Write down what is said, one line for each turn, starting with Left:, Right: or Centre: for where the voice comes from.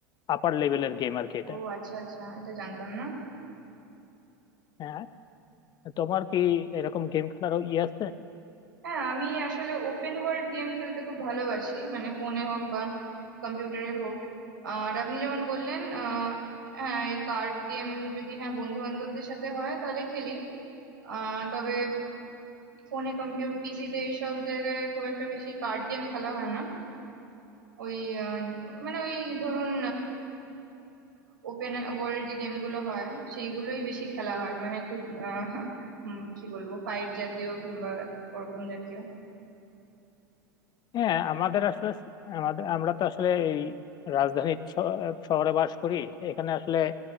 Left: আপার লেভেলের গেম আর কি এটা
Right: ও আচ্ছা আচ্ছা এটা জানতাম না
Left: হ্যাঁ তোমার কি এরকম গেম খেলার ইয়ে আছে
Right: হ্যাঁ আমি আসলে ওপেন ওয়ার্ল্ড গেম খেলতে খুব ভালোবাসি মানে ফোনে হোক বা কম্পিউটারে হোক আর আপনি যেমন বললেন আহ হ্যাঁ এই কার্ড গেম যদি হ্যাঁ বন্ধু বান্ধবদের সাথে হয় তাহলে খেলি আহ তবে ফোনে কম্পিউটার পিসিতে এইসব জায়গায় খুব একটা বেশি কার্ড গেম খেলা হয় না ওই আহ, মানে ওই ধরুন ওপেন ওয়ার্ল্ড যে গেমগুলো হয় সেইগুলোই বেশি খেলা হয় মানে একটু আহ, উম, কি বলবো ফাইট জাতীয় কিংবা ওরকম জাতীয়
Left: হ্যাঁ আমাদের আসলে আমাদের আমরা তো আসলে এই রাজধানীর শ- শহরে বাস করি এখানে আসলে